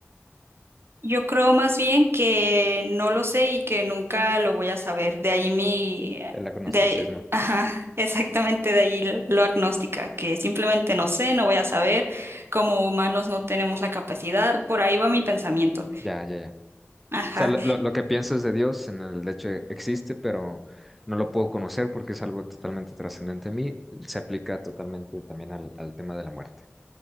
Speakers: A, on the right; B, in the centre.
A: Yo creo más bien que no lo sé y que nunca lo voy a saber. De ahí mi,
B: El agnosticismo.
A: de ahí- <laughs> ajá, exactamente de ahí l- lo agnóstica, que simplemente no sé, no voy a saber. Como humanos no tenemos la capacidad. Por ahí va mi pensamiento.
B: Ya, ya, ya.
A: Ajá.
B: O sea, lo, lo- lo que piensas de Dios en el hecho de- existe, pero no lo puedo conocer porque es algo totalmente trascendente a mí. Se aplica totalmente también al, al tema de la muerte.